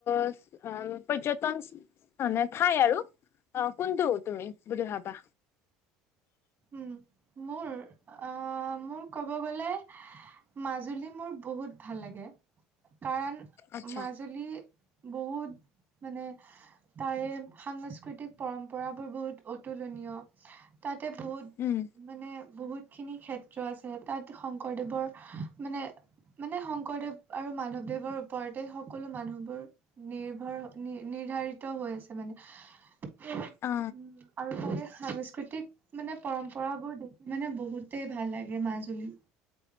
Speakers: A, on the left; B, on the right.
A: অ', পৰ্যটন মানে ঠাই আৰু। অ' কোনটো তুমি বুলি ভাবা?
B: উ'ম মোৰ, অ' মোৰ ক'ব গলে মাজুলী মোৰ বহুত ভাল লাগে, কাৰণ
A: আচ্ছা।
B: মাজুলী বহুত মানে তাৰে সাংস্কৃতিক পৰম্পৰাবোৰ বহুত অতুলনীয়। তে বহুত
A: উ'ম।
B: মানে বহুতখিনি ক্ষেত্ৰ আছে, তাত শংকৰদেৱৰ মানে মানে শংকৰদেৱ আৰু মাধৱদেৱৰ ওপৰতে সকলো মানুহবোৰ নিৰ্ভৰ নি-নিৰ্ধাৰিত হৈ আছে মানে। উম,
A: অ
B: আৰু তাকে সাংস্কৃতিক- মানে পৰম্পৰাবোৰ দেখি মানে বহুতেই ভাল লাগে মাজুলী।